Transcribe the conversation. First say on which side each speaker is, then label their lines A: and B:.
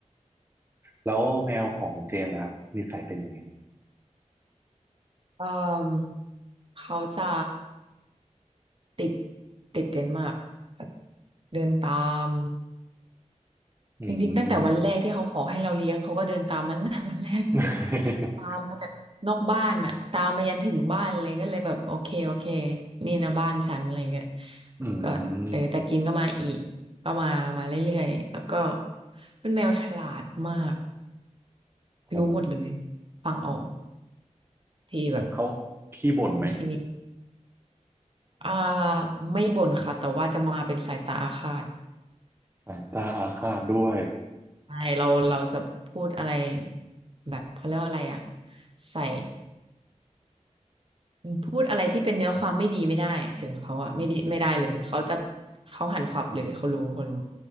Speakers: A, on the right (about 20°); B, on the right (about 45°).
A: แล้วแมวของเจนนะครับนิสัยเป็นยังไง
B: เอ่มเขาจะติดติดเดนมาร์กแบบเดินตาม
A: อื
B: จริงๆตั้งแต่วันแรกที่เขาขอให้เราเลี้ยงเขาก็เดินตามมา
A: ม
B: <laughs> ตั้งแต่วันแรกแล้ว
A: <laughs>
B: ตามมาจากนอกบ้านน่ะตามมายันถึงบ้านเลยก็เลยแบบโอเคโอเคนี่นะบ้านฉันอะไรเงี้ย
A: อืม
B: ก็เออแต่กินก็มาอีกก็มามาเรื่อยๆแล้วก็เป็นแมวฉลาดมาก
A: โอ้
B: รู้หมดเลยฟังออกที่แบบ
A: เขาขี้บ่นไหม
B: บางทีมีอ่าไม่บ่นค่ะแต่ว่าจะมาเป็นสายตาอาฆาต
A: สายตาอาฆาตด้วย
B: ใช่เราเราจะพูดอะไรแบบเขาเรียกว่าอะไรอ่ะใส่พูดอะไรที่เป็นเนื้อความไม่ดีไม่ได้ถึงเขาอะไม่ดีไม่ได้เลยเขาจะเขาหันขวับเลยเขารู้เขารู้